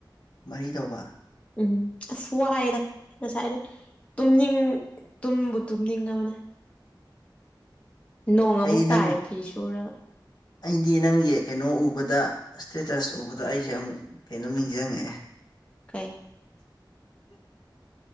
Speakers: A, on the left; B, on the left.
A: ꯃꯔꯤ ꯇꯧꯕ
B: ꯎꯝ ꯑꯁ ꯋꯥꯏꯑꯦꯗ ꯉꯁꯥꯏꯗꯩ ꯇꯨꯝꯅꯤꯡ ꯇꯨꯝꯕꯨ ꯇꯨꯝꯅꯤꯡꯉꯕꯅꯦ ꯅꯣꯡ
A: ꯑꯩꯗꯤ
B: ꯑꯃꯨꯛ
A: ꯅꯪ
B: ꯇꯥꯔꯦ ꯐꯤ ꯁꯨꯔꯒ
A: ꯑꯩꯗꯤ ꯅꯪꯒꯤ ꯀꯩꯅꯣ ꯎꯕꯗ ꯏꯁꯇꯦꯇꯁ ꯎꯕꯗ ꯑꯩꯁꯦ ꯑꯃꯨꯛ ꯀꯩꯅꯣꯝ ꯅꯤꯡꯖꯪꯉꯛꯑꯦ
B: ꯀꯩ